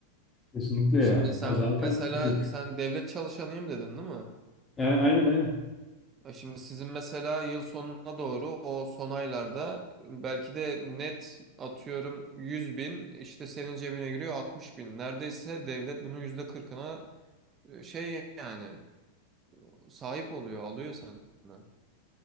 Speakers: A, on the left (about 15°); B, on the right (about 25°).
A: Kesinlikle
B: Şimdi
A: ya.
B: sen
A: Ha, zaten
B: mesela
A: düşük.
B: sen devlet çalışanıyım dedin değil mi?
A: A- Aynen aynen.
B: E Şimdi sizin mesela yıl sonuna doğru o son aylarda belki de net atıyorum 100 bin işte senin cebine giriyor 60 bin. Neredeyse devlet bunun yüzde 40'ına e, şey yani sahip oluyor alıyor senden.